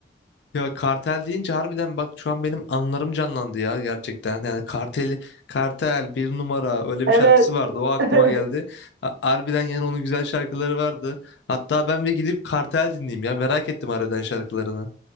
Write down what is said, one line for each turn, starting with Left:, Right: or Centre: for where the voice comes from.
Left: Ya kartel deyince harbiden bak şu an benim anılarım canlandı ya gerçekten. Yani kartel kartel bir numara öyle bir
Right: evet
Left: şarkısı vardı. O aklıma
Right: <laughs> Evet,
Left: geldi. Ha- Harbiden yani onun güzel şarkıları vardı. Hatta ben bir gidip kartel dinleyeyim ya. Merak ettim harbiden şarkılarını.